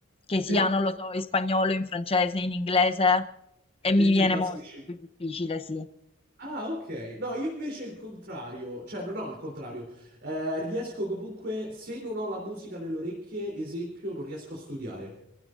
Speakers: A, on the left; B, on the right.
A: che sia,
B: Sì?
A: non lo so, in spagnolo, in francese, in inglese, e mi
B: Sì, Ti
A: viene
B: impazzisci?
A: molto più difficile, sì.
B: Ah, ok. No, io invece il contrario, cioè non ho il contrario. Eh, riesco comunque, se non ho la musica nelle orecchie, esempio, non riesco a studiare.